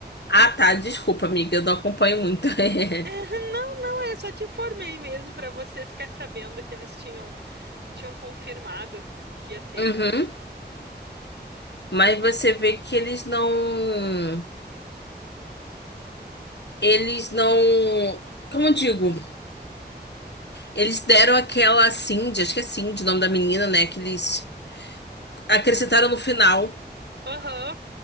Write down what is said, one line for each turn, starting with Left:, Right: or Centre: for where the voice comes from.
Left: Ah, tá. Desculpa, amiga. Eu não acompanho muito. <laughs>
Right: <laughs> Não, é, só te informei mesmo pra você ficar sabendo que eles tinham tinham confirmado que ia ter.
Left: Uhum. Mas você
Right: É.
Left: vê que eles não. Eles não. Como eu digo? Eles deram aquela Cindy, acho que é Cindy o nome da menina, né? Que eles acrescentaram no final.
Right: Aham.